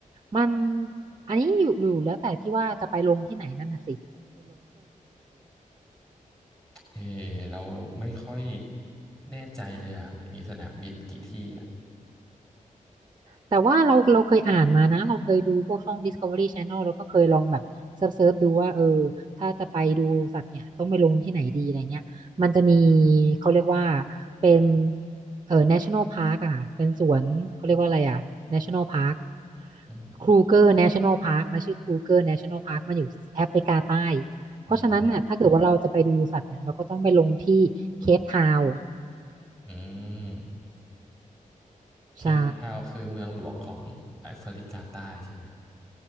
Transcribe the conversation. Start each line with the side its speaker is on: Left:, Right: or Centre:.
Right: มันอันนี้อยู่อยู่แล้วแต่ที่ว่าจะไปลงที่ไหนนั่นน่ะสิ
Centre: เออเราไม่ค่อยแน่ใจเลยอ่ะมันมีสนามบินกี่ที่อ่ะ
Right: แต่ว่าเราเราเคยอ่านมานะเราเคยดูพวกช่อง Discovery Channel แล้วก็เคยลองแบบเซิร์ฟเซิร์ฟดูว่าเออถ้าจะไปดูสัตว์เนี่ยต้องไปลงที่ไหนดีอะไรเงี้ยมันจะมีเขาเรียกว่าเป็นเอ่อ National Park อะค่ะเป็นสวนเขาเรียกว่าอะไรอะ National Park
Centre: อืม
Right: คร u g e r National Park มันชื่อครูเกอร์ National Park มันอยู่แอฟริกาใต้เพราะฉะนั้นน่ะถ้าเกิดว่าเราจะไปดูสัตว์เนี่ยเราก็ต้องไปลงที่เคปทาวน์
Centre: อืมอืมเคปทาวน์คือเมืองหลวงของแอฟริกาใต้ใช่ไหม
Right: ใช่